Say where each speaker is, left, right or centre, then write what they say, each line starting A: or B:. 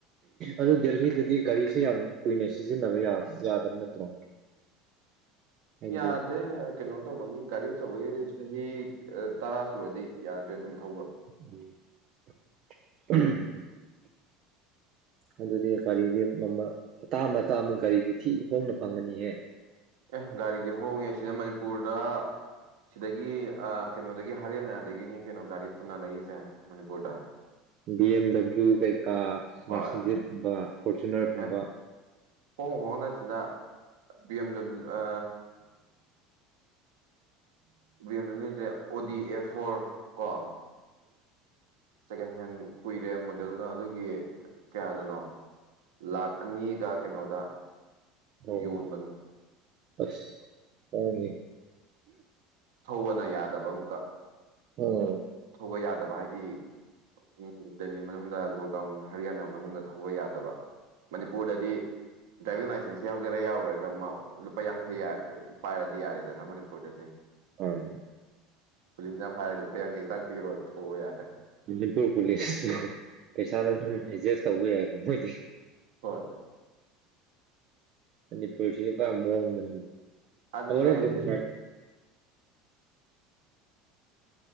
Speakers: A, on the right; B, on the right.
A: ꯑꯗꯨ ꯗꯦꯍꯤꯗꯗꯤ ꯒꯥꯔꯤꯁꯦ ꯌꯥꯝ ꯀꯨꯏꯅ ꯁꯤꯖꯤꯟꯅꯕ ꯌꯥꯗꯕ ꯅꯠꯇ꯭ꯔꯣ
B: <inaudible>
A: ꯍꯥꯏꯗꯤ
B: ꯌꯥꯗꯦ ꯀꯩꯅꯣ ꯇꯧꯕꯒꯤ ꯒꯥꯔꯤ ꯇꯧꯕꯒꯤ ꯆꯍꯤ ꯇꯔꯥ ꯊꯨꯔꯗꯤ ꯌꯥꯗ꯭ꯔꯦ ꯑꯗꯨꯝ ꯊꯧꯕ
A: ꯎ ꯑꯗꯨꯗꯤ ꯀꯒꯥꯔꯤꯗꯤ ꯑꯇꯥ ꯑꯃꯇꯥ ꯑꯃ ꯀꯒꯥꯔꯤꯗꯤ ꯊꯤ ꯍꯣꯡꯅ ꯐꯪꯉꯅꯤꯍꯦ
B: ꯑꯦ ꯒꯥꯔꯤꯗꯤ ꯍꯣꯡꯉꯦ ꯁꯤꯅ ꯃꯅꯤꯄꯨꯔꯗ ꯁꯤꯗꯒꯤ ꯑ ꯀꯩꯅꯣꯗꯒꯤ ꯍꯔꯤꯌꯥꯅꯥꯗꯒꯤꯅꯤ ꯀꯩꯅꯣ ꯒꯥꯔꯤ ꯄꯨꯅꯔꯛꯏꯁꯦ ꯃꯅꯤꯄꯨꯔꯗ
A: ꯕꯤ ꯑꯦꯝ ꯗꯕ꯭ꯂꯤꯎ ꯀꯩ ꯀꯥ
B: ꯍꯣꯏ
A: ꯃꯥꯔꯁꯤꯗꯤꯁꯀꯨꯝꯕ ꯐꯣꯔꯆꯨꯅꯔꯒꯨꯝꯕ
B: ꯑꯦ ꯍꯣꯡ ꯍꯣꯡꯅꯁꯤꯗ ꯕꯤ ꯑꯦꯝ ꯗꯕ꯭ꯂꯤꯎ ꯑ ꯕꯤ ꯑꯦꯝ ꯗꯨꯗ꯭ꯔꯦ ꯑꯣ ꯗꯤ ꯑꯦꯐꯣꯔ ꯀꯣ ꯁꯦꯀꯦꯟ ꯍꯦꯟ ꯀꯨꯏꯔꯦ ꯃꯣꯗꯦꯜꯅꯣ ꯑꯗꯨꯒꯤ ꯀꯌꯥꯗꯅꯣ ꯂꯥꯛ ꯑꯅꯤꯒ ꯀꯩꯅꯣꯗ
A: ꯎꯝ
B: ꯌꯣꯟꯕꯅꯤ
A: ꯑꯁ ꯍꯣꯡꯒꯦ
B: ꯊꯧꯕꯅ ꯌꯥꯗꯕ ꯑꯃꯨꯛꯀ
A: ꯎꯝ
B: ꯊꯧꯕ ꯌꯥꯗꯕ ꯍꯥꯏꯗꯤ ꯎꯝ ꯗꯦꯜꯂꯤ ꯃꯅꯨꯡꯗ ꯒꯣꯔꯒꯥꯎ ꯟ ꯍꯔꯤꯌꯥꯅꯥ ꯃꯅꯨꯡꯗ ꯊꯧꯕ ꯌꯥꯗꯕ ꯃꯅꯤꯄꯨꯔꯗꯗꯤ ꯗ꯭ꯔꯥꯏꯕꯤꯡ ꯂꯥꯏꯁꯦꯟꯁ ꯌꯥꯎꯒꯦꯔꯥ ꯌꯥꯎꯔꯒ ꯂꯨꯄꯥ ꯌꯥꯡꯈꯩ ꯄꯥꯏꯔꯗꯤ ꯌꯥꯔꯦꯗꯅ ꯃꯅꯤꯄꯨꯔꯗꯗꯤ
A: ꯍꯝ
B: ꯄꯨꯂꯤꯁꯅ ꯐꯥꯏꯔꯦ ꯂꯨꯄꯥ ꯌꯥꯡꯈꯩ ꯇꯥꯛ ꯄꯤꯔꯣ ꯊꯣꯛꯑꯣ ꯌꯥꯔꯦ
A: ꯃꯅꯤꯄꯨꯔ ꯄꯨꯂꯤꯁꯄꯨ ꯄꯩꯁꯥꯗ ꯑꯗꯨꯝ ꯑꯦꯗꯖꯁ ꯇꯧꯕꯋ ꯍꯥꯏꯕ ꯃꯣꯏꯗꯤ
B: ꯍꯣꯏ
A: ꯃꯅꯤꯄꯨꯔꯁꯤ ꯄꯨ ꯃꯣꯡꯕꯅꯤ
B: ꯑꯗꯨꯅꯦ
A: ꯑꯃꯔꯣꯝꯗꯅꯤ
B: ꯑꯩꯁꯦ